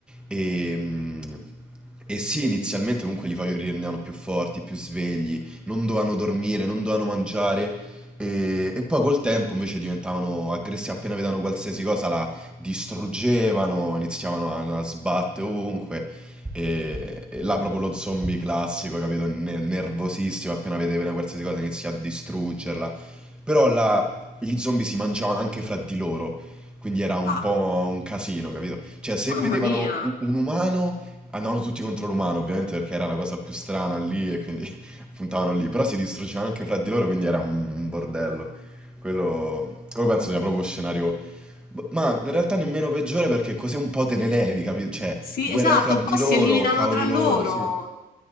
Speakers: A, in the centre; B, on the left.
A: e, mm, e sì, inizialmente comunque li fa- li rendevano più forti, più svegli, non dovevano dormire, non dovevano mangiare. E, e poi col tempo invece diventavano aggressivi, appena vedevano qualsiasi cosa la distruggevano, iniziavano a, a sbattere ovunque. E, e là proprio lo zombie classico, capito? Ne- nervosissimo, appena vede una qualsiasi cosa inizia a distruggerla. Però là gli zombie si mangiavano anche fra di loro. Quindi era un
B: Ah,
A: po' un casino, capito? Cioè, se
B: mamma
A: vedevano
B: mia.
A: u- un umano, andavano tutti contro l'umano, ovviamente, perché era la cosa più strana lì e quindi <laughs> puntavano lì. Però si distruggevano anche fra di loro, quindi era un un bordello. Quello, quello penso sia proprio scenario. b- Ma in realtà nemmeno peggiore perché così un po' te ne levi, capito? Cioè,
B: Sì,
A: guerra
B: esatto,
A: fra
B: un
A: di
B: po' si
A: loro,
B: eliminano
A: cavoli
B: tra loro.
A: loro, sì.